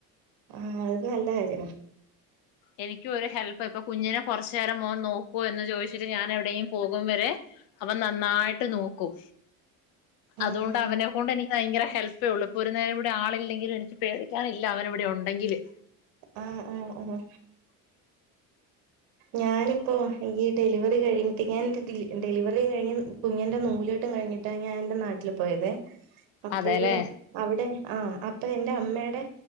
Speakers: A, on the right; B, on the left.
A: ആഹ് അത് നല്ല കാര്യാ.
B: എനിക്കും ഒരു ഹെല്പ്പ് ഇപ്പൊ കുഞ്ഞിനെ കുറച്ചു നേരം മോൻ നോക്കോ എന്ന് ചോദിച്ചിട്ട് ഞാൻ എവിടെയും പോകും വരെ അവൻ നന്നായിട്ട് നോക്കും.
A: ആഹ്
B: അതുകൊണ്ട് അവനെക്കൊണ്ട് എനിക്ക് ഭയങ്കര ഹെൽപ്പേ ഉള്ളൂ ഇപ്പൊ ഒരു നേരം ഇവിടെ ആളില്ലെങ്കിലും എനിക്ക് പേടിക്കാനില്ല അവൻ ഇവിടെ ഉണ്ടെങ്കില്.
A: ആഹ് ആഹ് ആ ഞാനിപ്പോ ഈ ഡെലിവറി കഴിഞ്ഞിട്ട് ഞാൻ ഡെലിവറിം കഴിഞ്ഞ് കുഞ്ഞിൻ്റെ നൂല്കെട്ടും കഴിഞ്ഞിട്ടാ ഞാൻ എന്റെ നാട്ടില് പോയതേ. അപ്പഴേ
B: അതെല്ലേ
A: അവിടെ ആഹ് അപ്പൊ എന്റെ അമ്മേടെ